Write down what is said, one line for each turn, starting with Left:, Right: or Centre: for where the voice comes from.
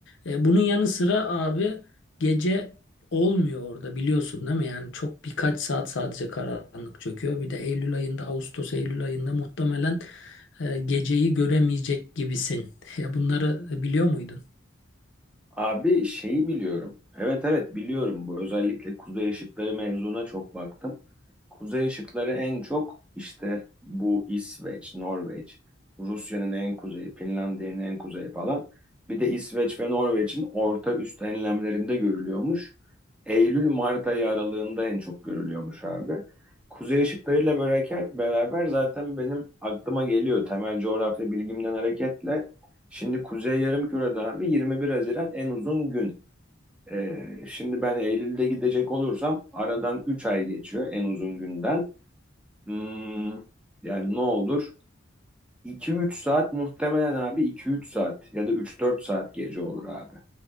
Left: E, bunun yanı sıra abi gece olmuyor orada biliyorsun değil mi? Yani çok birkaç saat sadece karanlık çöküyor. Bir de Eylül ayında, Ağustos Eylül ayında muhtemelen e, geceyi göremeyecek gibisin. Ya bunları biliyor muydun?
Centre: Abi şeyi biliyorum. Evet evet biliyorum bu. Özellikle kuzey ışıkları mevzuna çok baktım. Kuzey ışıkları en çok işte bu İsveç, Norveç, Rusya'nın en kuzeyi, Finlandiya'nın en kuzeyi falan. Bir de İsveç ve Norveç'in orta üst enlemlerinde görülüyormuş. Eylül-Mart ayı aralığında en çok görülüyormuş abi. Kuzey ışıklarıyla beraber, beraber zaten benim aklıma geliyor temel coğrafya bilgimden hareketle Şimdi Kuzey Yarımküre'de abi 21 Haziran en uzun gün. Ee, şimdi ben Eylül'de gidecek olursam aradan 3 ay geçiyor en uzun günden. Hmm, yani ne olur? iki üç saat muhtemelen abi iki üç saat ya da üç dört saat gece olur abi.